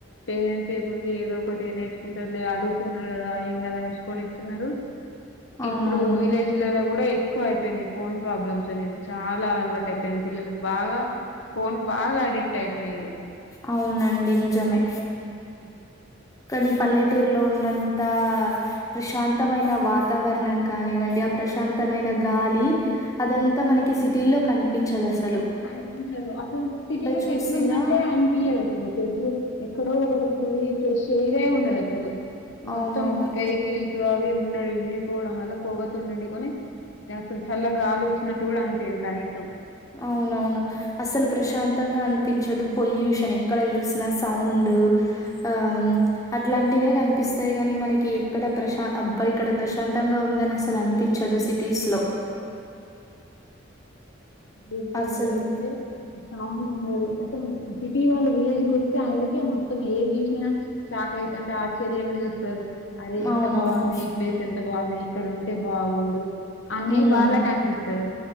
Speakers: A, on the left; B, on the left.
A: పేరెంస్ ఏముంది ఏదో ఒకటి నేర్చుకుంటారు లే అడుగుతున్నారు కదా ఏం కదా నేచుకొని కొనిస్తున్నారు.
B: అవునవును
A: ఇప్పుడు విలేజ్ల కూడా ఎక్కువ అయిపోయింది ఫోన్ ప్రాబ్లమ్స్ అనేది చాలా అలవాటు అయిపోయింది పిల్లలకు బాగా. పోన్ బాగా అడిక్ట్ ఆయిపోయరు.
B: అవునండి నిజమే
A: అ
B: కానీ పల్లెటూరులో ఉన్నంత ప్రశాంతమైన వాతావరణం కానివ్వండి. ప్రశాంతమైన గాలి అదంతా మనకి సిటీ లో కనిపించదు అస
A: కనిపించదు అసలు సిటీలో
B: చూసినా
A: చెట్లు ఉన్నట్టే అనిపియదు చెట్లు ఎక్కడో ఒకటి ఉంటది ఫ్రెష్ ఎయిర్ ఏ ఉండదు అసలు
B: అవునవును
A: మొత్తం గైకిల్స్ అవి ఉండడి ఉండి పోవడం వల్ల పోగతండండికని. అసలు చల్ల గాలి వచ్చినట్టు కూడా అనిపోయాదు కనీసం.
B: అవునవును అసలు ప్రశాంతంగా అనిపించదు పొల్యూషన్ ఎక్కడ చూసినా సౌండ్. ఆ అ ఇట్లాంటివే కనిపిస్తాయి కాని మనకి ఎక్కడ ప్రశాంత అబ్బా ఇక్కడ ప్రశాంతంగా ఉందని అసలు అనిపించదు సిటీస్లో
A: <unintelligible>
B: అస్సలు
A: సిటీ వాళ్ళ విలేజ్ కు వస్తే అందుకే మొత్తం ఏది చూసినా షాక్ అయితంటే ఆశ్చర్యంగా చూస్త. అరే ఎంత
B: అవునవును
A: బాగుంది ఈ ప్లేస్ ఎంత బాగుంది ఇక్కడ ఉంటే బాగుడు అని
B: ఉమ్
A: వాళ్ళకి కనిపిస్తుంది